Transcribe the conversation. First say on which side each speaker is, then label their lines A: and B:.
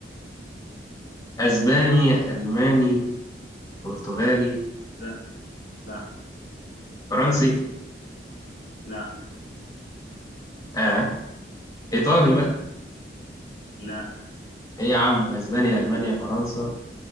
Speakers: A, on the left; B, on the left.
A: اسباني الماني برتغالي
B: لا لا
A: فرنسي
B: لا
A: اه ايطالي بقى
B: لا
A: ايه يا عم اسبانيا المانيا فرنسا